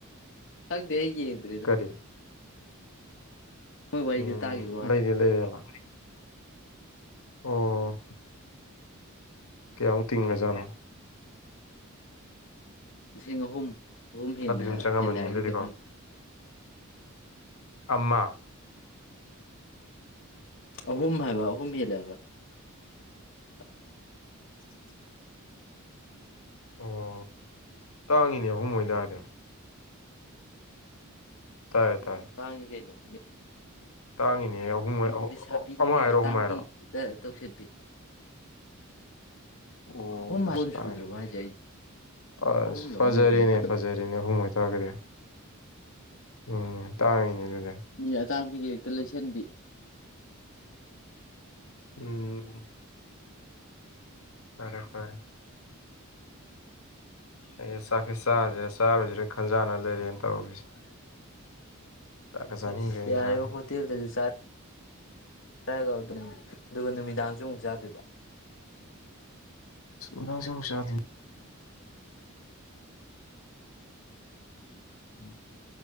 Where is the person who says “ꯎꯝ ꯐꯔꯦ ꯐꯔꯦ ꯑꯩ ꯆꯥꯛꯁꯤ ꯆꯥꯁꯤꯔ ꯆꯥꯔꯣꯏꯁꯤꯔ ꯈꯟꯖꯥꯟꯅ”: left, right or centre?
Left